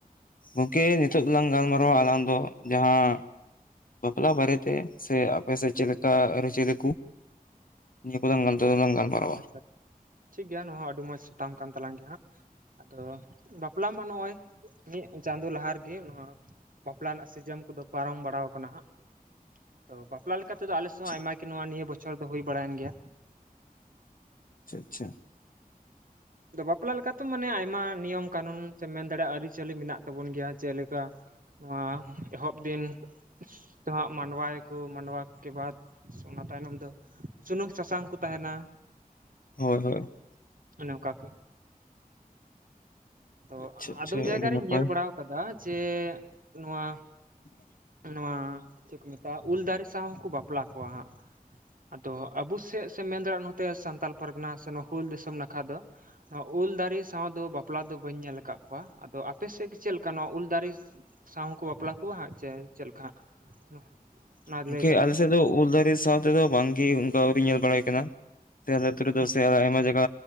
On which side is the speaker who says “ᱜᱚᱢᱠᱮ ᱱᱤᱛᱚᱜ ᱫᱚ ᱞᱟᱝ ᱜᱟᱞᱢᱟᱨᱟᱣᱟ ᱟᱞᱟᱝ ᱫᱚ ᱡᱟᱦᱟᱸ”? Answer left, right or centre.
Left